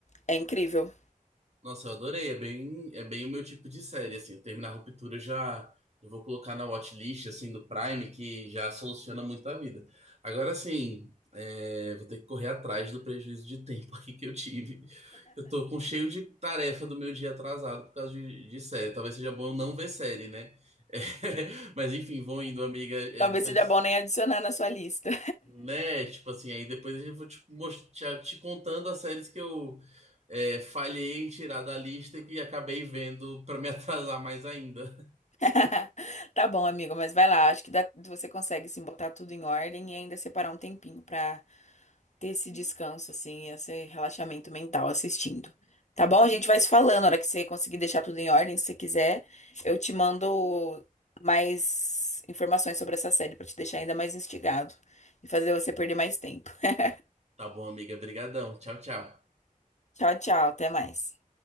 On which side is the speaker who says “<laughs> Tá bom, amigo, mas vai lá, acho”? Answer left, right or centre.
Left